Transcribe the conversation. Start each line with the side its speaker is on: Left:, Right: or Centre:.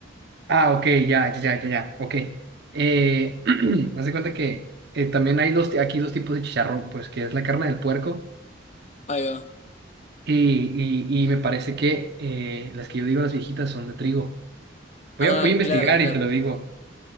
Right: Ah, ok, ya, ya, ya, ya, ya, ok. Eh, <clears throat> haz de cuenta que eh, también hay dos, ti- aquí dos tipos de chicharrón, pues que es la carne del puerco
Left: Ahí va.
Right: Y, y, y me parece que eh, las que yo digo, las viejitas, son de trigo. Voy
Left: Ah,
Right: a, voy a investigar
Left: claro, claro.
Right: y te lo digo.